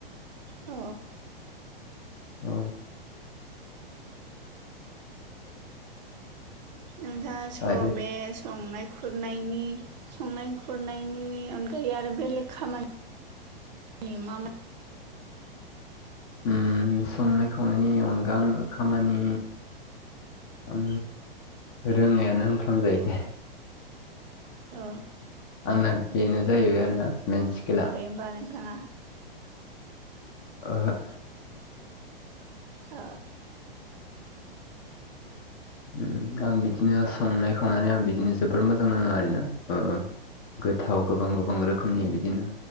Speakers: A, on the right (about 50°); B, on the left (about 25°).
A: अ
B: औ
A: नोंथाङा स
B: आरो
A: बे संनाय खुरनायनि संनाय खुरनायनि अनगायै आरो बेलेग खामा नि मामो
B: उम संनाय खावनायनि अनगा आङो खामानि ओम रोङायानो होनफ्राम जायो दे।
A: अ
B: आंना बेनो जायैबाय आरोना मेेन स्केला।
A: ओमबा नोंथाङा
B: ओहो
A: ओ
B: ओम आं बिदिनो संनाय खावनानै आं बिदिनो जोबोर मोजां नाङो आरोना अ ओ। गोथाव गोबां गोबां रोखोमनि बिदिनो